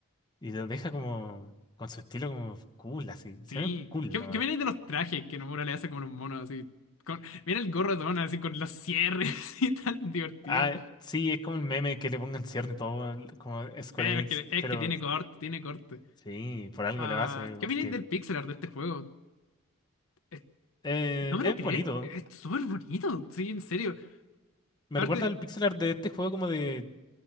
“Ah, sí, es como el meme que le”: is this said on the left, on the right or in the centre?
Left